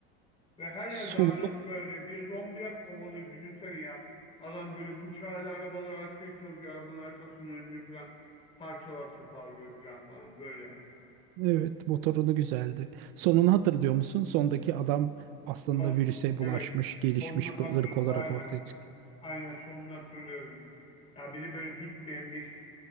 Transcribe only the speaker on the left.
Ve her
yer dağınık böyle. Bir de zombiler kovalıyor düşünsene ya. Adam böyle bıçağıyla arabaları açmaya çalışıyor. Arabanın arkasının önünü falan parçalar toparlıyor falan falan böyle.
Son
evet
sonuna hasır
aynen.
Aynen sonunu hatırlıyorum. Ya bir de böyle bitmeyen bir